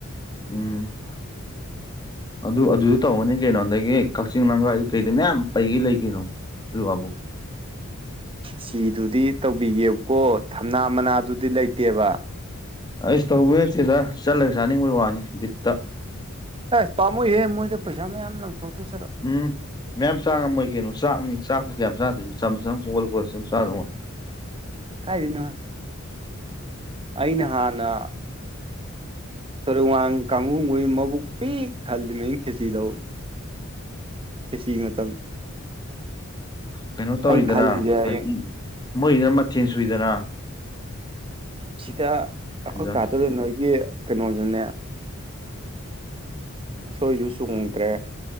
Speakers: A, on the left; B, on the right.
A: ꯎꯝ ꯑꯗꯨ ꯑꯗꯨꯗ ꯇꯧꯔꯅꯤ ꯀꯩꯅꯣ ꯑꯗꯒꯤ ꯀꯛꯆꯤꯡ ꯂꯝꯈꯥꯏꯗ ꯀꯩꯗ ꯃꯌꯥꯝ ꯄꯩꯒꯤ ꯂꯩꯀꯩꯅꯣ <unintelligible>
B: ꯆꯤꯗꯨꯗꯤ ꯇꯧꯕꯤꯒꯦꯕꯀꯣ ꯊꯝꯅꯥ ꯃꯅꯥꯗꯨꯗꯤ ꯂꯩꯇꯦꯕ
A: ꯑꯁ ꯇꯧꯕꯩꯅꯠꯇꯦꯗ ꯆꯠꯂꯒ ꯆꯥꯅꯤꯡꯕꯩ ꯋꯥꯅꯤ ꯕꯤꯠꯇ
B: ꯑꯁ ꯄꯥꯃꯨꯍꯦ ꯃꯣꯏꯗ ꯄꯩꯁꯥ ꯃꯌꯥꯝ ꯂꯪꯊꯣꯛꯆꯆꯔꯛꯑꯣ
A: ꯎꯝ ꯃꯌꯥꯝ ꯆꯥꯡꯉꯝꯃꯣꯏ ꯀꯩꯅꯣ ꯆꯥꯛꯅꯤ ꯆꯥꯛꯄꯨ ꯀꯌꯥꯝ ꯆꯥꯗꯣꯏꯦꯆꯝꯝ ꯀꯣꯜꯂ ꯀꯣꯠꯂ ꯁꯝ ꯆꯥꯔꯝꯃꯣꯏ
B: ꯀꯥꯏꯗꯅꯣꯏ ꯑꯩꯅ ꯍꯥꯟꯅ ꯇꯧꯔꯨꯋꯥꯡ ꯀꯥꯡꯍꯨꯈꯩ ꯃꯕꯨꯛ ꯄꯤꯛ ꯊꯜꯂꯤꯅꯤ ꯑꯩꯅꯥ ꯈꯦꯆꯤ ꯇꯧꯕꯗꯥ ꯈꯦꯁꯤ ꯃꯇꯝ
A: ꯀꯩꯅꯣ ꯇꯧꯔꯤꯗꯅ
B: ꯑꯩꯅ ꯈꯜꯂꯤꯁꯦ ꯍꯌꯦꯡ
A: ꯍꯥꯏꯗꯤ ꯃꯣꯏꯅ ꯃꯊꯦꯟ ꯁꯨꯏꯗꯅ
B: ꯁꯤꯗ ꯑꯩꯈꯣꯏ
A: ꯑꯗꯨꯗ
B: ꯀꯥꯗꯔꯤ ꯈꯣꯏꯒꯤ ꯀꯩꯅꯣꯗꯨꯅꯦ ꯎꯁꯣꯏꯁꯨ ꯆꯣꯡꯗ꯭ꯔꯦ